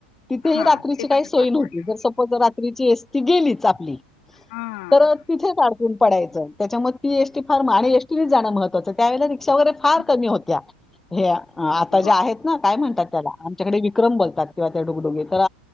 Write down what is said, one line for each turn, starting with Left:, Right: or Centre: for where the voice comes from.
Centre: तिथही
Left: हां,
Centre: रात्रीची
Left: ते
Centre: काही
Left: कसं
Centre: सोय
Left: पार
Centre: नव्हती
Left: पाडलं मग?
Centre: जसं हो त्या रात्रीची एसटी गेलीच आपली
Left: हां.
Centre: तर तिथेच अडकून पडायचं त्याच्यामुळे ती एसटी फार म आणि एसटीनेच जाणं महत्वाचं त्या वेळेला रिक्षा वगैरे फार
Left: हं.
Centre: कमी होत्या हे आता ज्या
Left: हो.
Centre: आहेत. नाय काय म्हणतात त्याला आमच्याकडे विक्रम बोलतात. किंवा त्या डुगडुगी तर